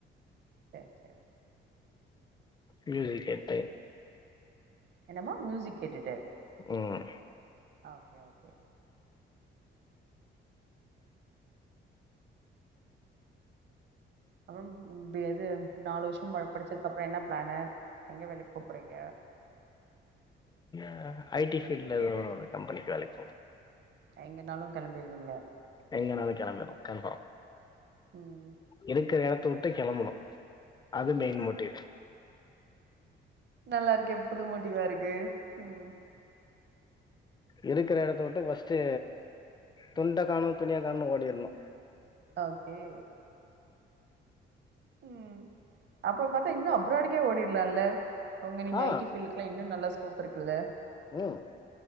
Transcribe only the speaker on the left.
மியூசிக் கேட்டு
ம்
அ ஐ டி ஃபீல்ட்ல ஒரு கம்பெனிக்கு அலைக்க
எங்கனாலு கெளம்பிடுவோ கன்ஃபார்ம்
இருக்குற எடத் த்தவிட்டு கெளம்பனு அது மெயின் மோட்டிவ்
இருக்குற எடத்த விட்டு ஃபஸ்ட்டு துண்ட காணோ துணிய காணோன் ஓடிட்ணு
ஆ
ம்